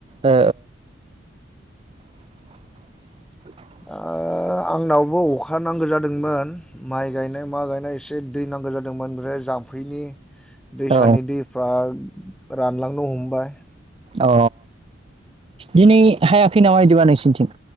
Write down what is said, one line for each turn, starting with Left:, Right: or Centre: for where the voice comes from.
Right: ओ <inaudible>
Centre: ओ आंनावबो अखा नांगो जादोंमोन। माइ गायनाय मा गायनाय एसे दै नांगो जा होदोंमोन ओफ्राय जाम्फैनि दैसानि
Right: ओ
Centre: दैफ्रा रानलांनो हमबाय।
Right: अ दिनै हायाखै नामा बिदिबा नोंसिनिथिं?